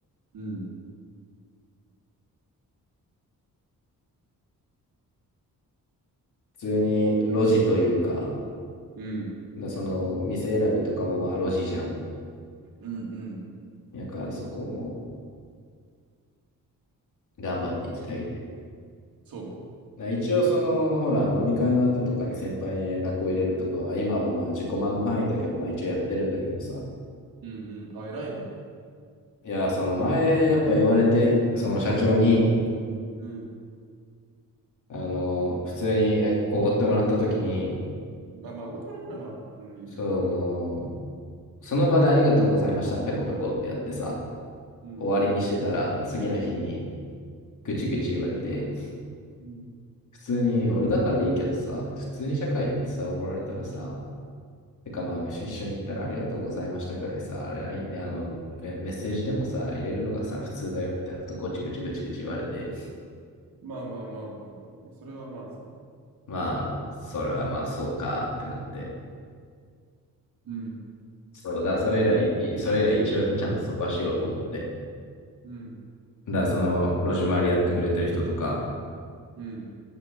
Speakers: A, on the right; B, on the left.
A: う。うん。
B: 普通に路地というか、
A: うん。
B: だその店選びとかもまあ路地じゃん。
A: うんうん。
B: だからそこも頑張っていきたいよね。
A: そうね。
B: だから一応その、ほら、飲み会の後とかに先輩に連絡を入れるとかは、今はまあ自己満の範囲だけど、まあ一応やってるんだけどさ。
A: うんうん。あ、偉いね。
B: いや、その前やっぱ言われて、その社長に、
A: うん。
B: あの、普通にやおごってもらった時に、
A: あ、まあ、おごいてもらったらまあ、うん、言うけど。
B: その、その場でありがとうございました、ペコペコってやってさ、
A: うん。
B: 終わりにしてたら、次の日に
A: うん。
B: ぐちぐち言われて、
A: うん。
B: 普通に俺だからいいけどさ、普通に社会でってさ、
A: うん
B: おごられたらさ、てかまあ飯一緒に行ったらありがとうございましたぐらいさ、ラインであのねメッセージでもさ、入れるのがさ、普通だよみたいなことごちごちごちごち言われて、
A: まあまあまあまあまあ、それはまあ、そうね。
B: まあ、それはまあそうかってなって、
A: うん。
B: そう、だからそれ以来、それ以来一応ね、ちゃんとそこはしようと思って、
A: うん。
B: だからその路地回りやってくれてる人とか、
A: うん。